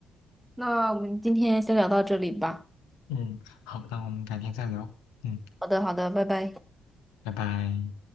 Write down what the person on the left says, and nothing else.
嗯，好，那我们改天再聊。嗯，
拜拜。